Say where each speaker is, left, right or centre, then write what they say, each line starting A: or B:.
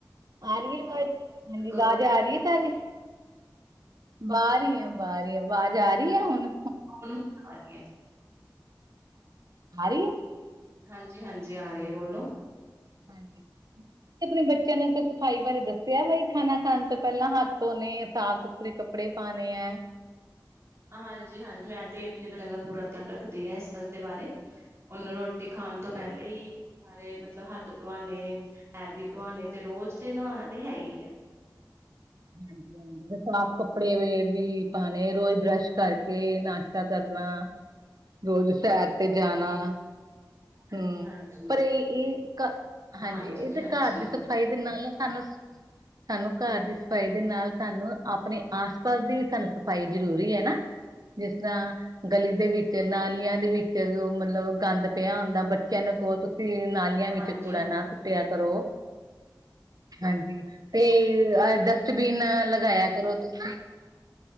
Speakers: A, on the right; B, on the right.
A: ਆ ਰੀ ਏ ਵਾਜ਼ ਹਾਂਜੀ
B: ਕਰੋ
A: ਆਵਾਜ਼ ਆ ਰੀ ਏ ਤਾਜੀ। ਬਾਰ ਈ ਏ, ਬਾਰ ਈ ਏ ਵਾਜ਼ ਆ ਰੀ ਐ ਹੁਨ?
B: ਹੂਨ ਆ ਰੀ ਏ।
A: ਆ ਰੀ ਏ।
B: ਹਾਂਜੀ-ਹਾਂਜੀ ਆ ਰੀ ਏ ਬੋਲੋ।
A: ਹਾਂਜੀ ਆਪਨੇ ਬੱਚਿਆਂ ਨੂੰ ਤੇ ਸਫਾਈ ਬਾਰੇ ਦੱਸਿਆ ਬਈ ਖਾਨਾ ਖਾਨ ਤੋਂ ਪੇਲਾਂ ਹੱਥ ਧੋਨੇ ਸਾਫ਼ ਸੂ ਥਰੇ ਕੱਪੜੇ ਪਾਨੇ ਐ।
B: ਹਾਂਜੀ-ਹਾਂਜੀ ਮੈਂ ਤੇ ਆਪਨੇ ਬ ਦਾ ਪੂਰਾ ਧਿਆਨ ਰੱਖਦੀ ਆ ਇਸ ਗੱਲ ਦੇ ਬਾਰੇ। ਹੂਨ ਰੋਟੀ ਖਾਨ
A: ਹਾਂਜੀ।
B: ਤੋਂ ਪੇਲੇ ਈ ਸਾਰੇ ਮਤਲਬ ਹੱਥ ਤੂਆਨੇ ਪੈਰ ਵੀ ਤੂਆਨੇ ਤੇ ਰੋਜ਼ ਤੇ ਨੋਨਾ ਤੇ ਹੈ ਈ ਏ।
A: <unintelligible> ਸਾਫ ਕੱਪੜੇ ਵੇ ਵੀ ਪਾਨੇ ਰੋਜ਼ ਬਰੱਸ਼ ਕਰਕੇ ਨਾਸ਼ਤਾ ਕਰਨਾ ਰੋਜ਼ ਸੈਰ ਤੇ ਜਾਨਾ ਹੂੰ
B: ਹਾਂਜੀ-ਹਾਂਜੀ,
A: ਪਰ ਏ ਇਹ ਹਾਂਜੀ
B: ਹਾਂਜੀ-ਹਾਂਜੀ,
A: ਏਦੇ ਕਾਰ ਦੀ ਸਫ਼ਾਈ ਦੇ ਨਾਲ-ਨਾਲਸਾਨੂੰ, ਸਾਨੂੰ ਕਾਰ ਦੀ ਫਾਈ ਦੇ ਨਾਲ ਤਾਨੂੰ ਆਪਨੇ ਆਸ ਪਾਸ ਦੀ ਵੀ ਸਾਨੂੰ ਸਫ਼ਾਈ ਜ਼ਰੂਰੀ ਹੈ ਨਾ, ਜਿਸ ਤਰ੍ਹਾਂ ਗਲੀ ਦੇ ਵਿੱਚ ਨਾਲੀਆਂ ਦੇ ਵਿੱਚ ਮਲਬ ਗੰਦ ਪਿਆ ਹੁੰਦਾ ਬੱਚਿਆਂ ਨੂੰ ਕਔ ਤੁਸੀਂ ਨਾ ਲਿਆ ਵਿਚ
B: ਹਾਂਜੀ-ਹਾਂਜੀ।
A: ਕੈਵੇਂ ਕੂੜਾ ਨਾ ਸੁੱਟਿਆ ਕਰੋ ਹਾਂਜੀ, ਤੇ ਐਂ ਡਸ ਸ਼ਬੀਨ ਲਗਾਇਆ ਕਰੋ ਤੁਸੀਂ